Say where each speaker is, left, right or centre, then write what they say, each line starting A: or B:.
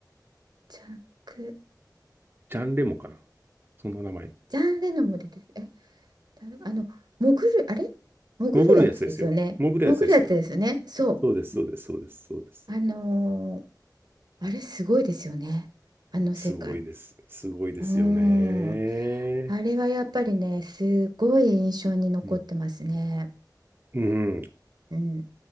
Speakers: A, on the right; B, on the right.
A: ジャック、
B: ジャンレモかなそんな名前。
A: ジャン・レノも出てる。え、誰あの、潜る、あれ潜るやつですよね。
B: 潜るやつですよ。潜るやつですよ。
A: 潜るやつですよね。そ
B: そうです、そうです、そうです、そうです。
A: う。あのー、あれすごいですよね。あの世界。
B: すごいです。すごいですよね。
A: うーん。あれはやっぱりね、すごい印象に残ってますね。
B: うん。う
A: うん。